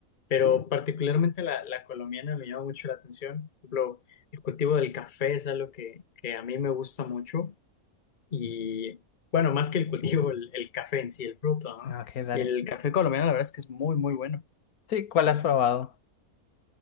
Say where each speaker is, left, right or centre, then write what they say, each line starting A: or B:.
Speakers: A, on the left; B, on the left.
A: pero particularmente la, la colombiana me llama mucho la atención. Por ejemplo, el cultivo del café es algo que, que a mí me gusta mucho y, bueno, más que el cultivo, el, el café en sí, el fruto, ¿no?
B: Ah, Ok, dale.
A: Y el café colombiano la verdad es que es muy, muy bueno.
B: Sí, ¿cuál has probado?